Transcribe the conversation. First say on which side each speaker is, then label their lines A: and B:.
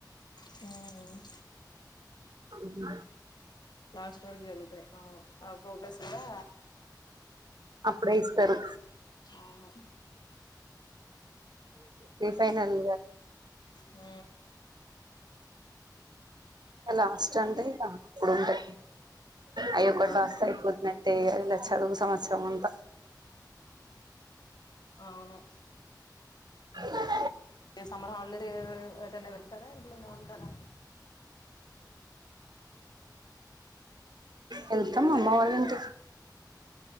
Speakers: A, on the left (about 70°); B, on the right (about 70°).
A: హ్మ్
B: హ్మ్
A: క్లాస్ వర్కు జరుగుతాయి అవును ఆ ప్రోగ్రెస్ కూడా
B: అప్పుడే ఇస్తారు
A: అవును
B: ప్రీ ఫైనల్
A: హ
B: లాస్ట్ అంటే ఆప్పుడుంటాయి అయ్య ఒకటి
A: అవును
B: రాస్తే అయిపోతున్నాయి అ అల చదువు సంవత్సరముంతా
A: అవును
B: అ
A: సమ్మర్ హాలిడే ఏటనే వెళ్తారా ఇంట్లోనే ఉంటారా
B: వెళ్తాం
A: వెళ్తారా
B: అమ్మ
A: ఎటైనా
B: వాళ్ళ ఇంటికి